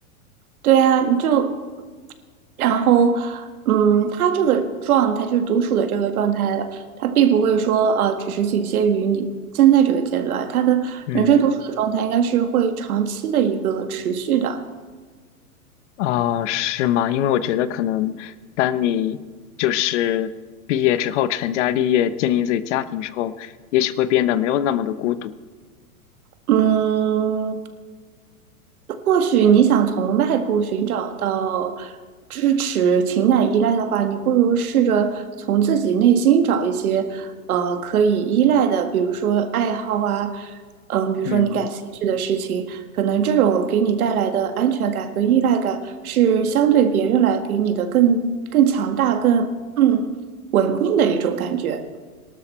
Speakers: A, on the right (about 70°); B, on the left (about 50°).
A: 对啊，你就然后，嗯，他这个状态就是独处的这个状态，他并不会说呃，只是仅限于你现在这个阶段，他的人生独处的状态应该是会长期的一个持续的。
B: 嗯，啊、是吗？因为我觉得可能当你就是毕业之后成家立业，建立自己家庭之后，也许会变得没有那么的孤独。
A: 嗯，或许你想从外部寻找到支持、情感依赖的话，你不如试着从自己内心找一些，呃，可以依赖的，比如说爱好啊，嗯，比如说你感兴趣的事情，
B: 嗯。
A: 可能这种给你带来的安全感和依赖感是相对别人来给你的更更强大、更嗯稳定的一种感觉。